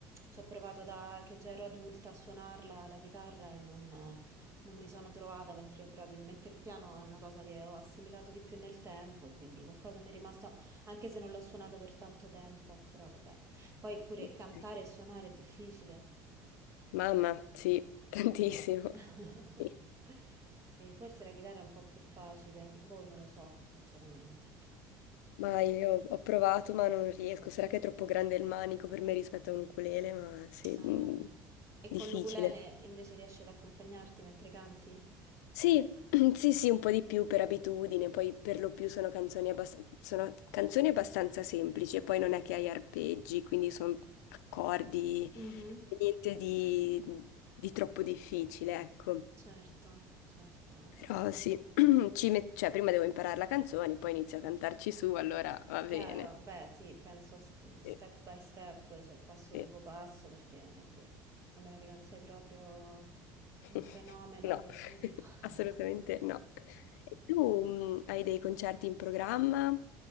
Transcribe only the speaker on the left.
Ok.
mamma, sì, tantissimo.
Sì.
Ma io ho provato, ma non riesco. Sarà che è troppo grande il manico per me rispetto a un ukulele, ma sì,
mh,
difficile.
Sì, <clears throat> sì, sì, un po' di più per abitudine, poi per lo più sono canzoni, abbast- sono canzoni abbastanza semplici e poi non è che hai arpeggi, quindi sono accordi,
niente di, di troppo difficile, ecco.
Però sì, <clears throat> ci met- cioè, prima devo imparare la canzone, poi inizio a cantarci su, allora va bene.
Sì,
sì.
<laughs>
No,
<laughs>
assolutamente no. E tu mm, hai dei concerti in programma?